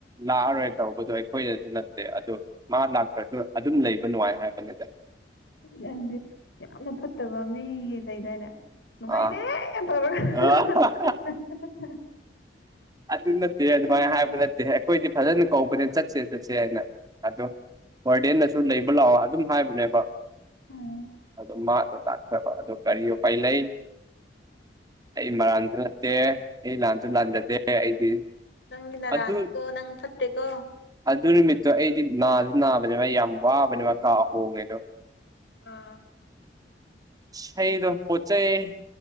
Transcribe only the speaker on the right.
ꯂꯥꯛꯑꯔꯣꯏ ꯇꯧꯕꯗꯣ ꯑꯩꯈꯣꯏꯗꯁꯨ ꯅꯠꯇꯦ ꯑꯗꯣ ꯃꯥ ꯂꯥꯛꯇ꯭ꯔꯁꯨ ꯑꯗꯨꯝ ꯂꯩꯕ ꯅꯨꯡꯉꯥꯏ ꯍꯥꯏꯕꯅꯤꯗ
ꯑꯥ
ꯑ ꯑꯗꯨ ꯅꯠꯇꯦ ꯑꯗꯨꯃꯥꯏꯅ
ꯍꯥꯏꯕ ꯅꯠꯇꯦ ꯑꯩꯈꯣꯏꯗꯤ ꯐꯖꯅ ꯀꯧꯕꯅꯦ ꯆꯠꯁꯦ ꯆꯠꯁꯦ ꯍꯥꯏꯅ ꯑꯗꯣ ꯋꯥꯔꯗꯦꯟꯅꯁꯨ ꯂꯩꯕ ꯂꯥꯛꯑꯣ ꯑꯗꯨꯝ ꯍꯥꯏꯕꯅꯦꯕ
ꯑ ꯃꯥꯗꯣ ꯇꯥꯛꯆꯕ ꯑꯗꯣ ꯀꯔꯤ ꯎꯄꯥꯏ ꯂꯩꯩ ꯑꯩ ꯃꯥꯟꯕ ꯅꯠꯇꯦ ꯑꯩ ꯂꯥꯟꯁꯨ ꯂꯥꯟꯖꯗꯦ ꯑꯩꯗꯤ
ꯑꯗꯨ
ꯑꯗꯨ ꯅꯨꯃꯤꯠꯇꯣ ꯑꯩꯗꯤ ꯅꯥꯁꯨ ꯅꯥꯕꯅꯦꯕ ꯌꯥꯝ ꯋꯥꯕꯅꯦꯕ ꯀꯥ ꯍꯣꯡꯉꯦꯗꯣ
ꯍ ꯑꯩꯗ ꯄꯣꯠꯆꯩ